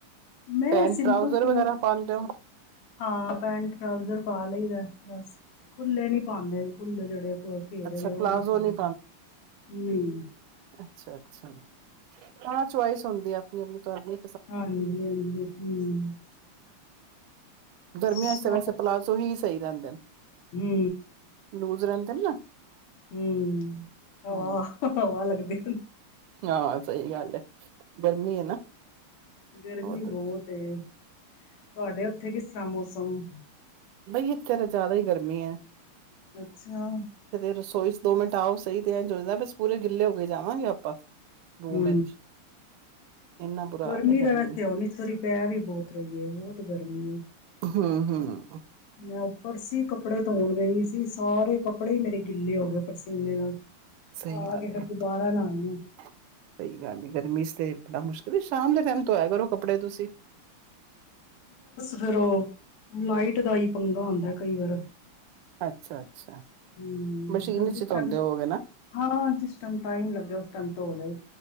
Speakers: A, on the left (about 85°); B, on the right (about 80°).
A: ਮੈਂ
B: ਪੈਂਟ
A: ਸਿੰਪਲ
B: ਟਰਾਊਜ਼ਰ
A: ਸੂਟ,
B: ਵਗੈਰਾ ਪਾਉਂਦੇ ਹੋ
A: ਹਾਂ ਪੈਂਟ ਟਰਾਊਜ਼ਰ ਪਾ ਲਈਦਾ। ਬਸ ਖੁੱਲੇ ਨੀ ਪਾਉਂਦੇ, ਖੁੱਲੇ ਜਿਹੜੇ ਘੇਰੇ
B: ਅੱਛਾ
A: ਵਾਲੇ ਉਹ
B: ਪਲਾਜ਼ੋ
A: ਨੀ ਪਾਏਗੀ
B: ਨਹੀਂ
A: ਨਹੀਂ।
B: ਅਛ ਅੱਛਾ ਜੀ, ਅਛ ਚੁਆਇਸ ਹੁੰਦੀ ਆ ਆਪਣੀ-ਆਪਣੀ ਤੁਹਾਣੀ
A: ਹਾਂਜੀ-ਹਾਂਜੀ ਹੂੰ
B: ਗਰਮੀਆਂ
A: ਸਵਾ
B: ਚ ਵੈਸੇ ਪਲਾਜੋ ਹੀ ਸਹੀ ਰਹਿੰਦੇ ਨੇ।
A: ਹੂੰ।
B: ਲੂਜ ਰਹਿੰਦੇ ਨੇ ਨਾ
A: ਹੂੰ, ਹਾਂ
B: ਹੂੰ
A: ਹਵਾ ਲੱਗਦੀ ਹ
B: ਹਾਂ ਸਹੀ ਗੱਲ ਹੈ, ਗਰਮੀ ਹੈ ਨਾ।
A: ਗਰਮੀ
B: ਹੋਰ
A: ਬਹੁਤ ਹੇ। ਤੁਹਾਡੇ ਉੱਥੇ ਕਿਸ ਤਰ੍ਹਾਂ ਮੌਸਮ?
B: ਬਈ, ਇੱਥੇ ਤਾਂ ਜ਼ਿਆਦਾ ਹੀ ਗਰਮੀ ਹੈ।
A: ਅੱਛਾ
B: ਰਸੋਈ ਚ ਦੋ ਮਿੰਟ ਆਓ ਸਹੀ ਤੇ ਚੁਜਦਾ ਬਸ ਪੂਰੇ ਗਿੱਲੇ ਹੋ ਕੇ ਜਾਵਾਂਗੇ ਆਪਾਂ ਰੂਮ
A: ਹੂ
B: ਵਿੱਚ ਇੰਨਾ ਬੁਰਾ
A: ਗਰਮੀ
B: ਹਾਲ ਐ
A: ਦਾ ਵੈਸੇ
B: ਨੇ
A: ਉਹ ਨ ਸਰੀ ਪੈ ਵੀ ਬਹੁਤ ਰਹੀ ਹੈ ਬਹੁਤ ਗਰਮੀ ਹੈ
B: ਹੂ ਹੂ ਹੂ
A: ਮੈਂ ਉੱਪਰ ਸੀ ਕੱਪੜੇ ਧੋਣ ਗਈ ਸੀ ਸਾਰੇ ਕੱਪੜੇ ਹੀ ਮੇਰੇ ਗਿੱਲੇ ਹੋ ਗਏ ਪਸੀਨੇ ਨਾਲ
B: ਸਹੀ
A: ਆ
B: ਗੱਲ
A: ਕੇ
B: ਹੈ
A: ਫਿਰ ਦੁਬਾਰਾ ਨਹਾਈ ਆ।
B: ਸਹੀ ਗੱਲ ਨ ਗਰਮੀ ਚ ਤੇ ਬੜਾ ਮੁਸ਼ਕਿਲ ਤੇ ਸ਼ਾਮ ਦੇ ਟਾਈਮ ਤੋਂ ਥੋਆ ਕਰੋ ਕੱਪੜੇ ਤੁਸੀਂ
A: ਫਿਰ ਉਹ ਲਾਈਟ ਦਾ ਹੀ ਪੰਗਾ ਹੁੰਦਾ ਕਈ ਵਾਰ
B: ਅੱਛਾ-ਅੱਛਾ
A: ਹੂ
B: ਮਸ਼ੀਨ ਚ
A: ਜਿਸ
B: ਧੋਂਦੇ
A: ਟਾਈਮ
B: ਹੋਵੋਗੇ ਨਾ
A: ਹਾਂ ਜਿਸ ਟਾਈਮ ਟਾਈਮ ਲੱਗਿਆ ਉਸ ਟਮ ਧੋਦਾ ਹੀ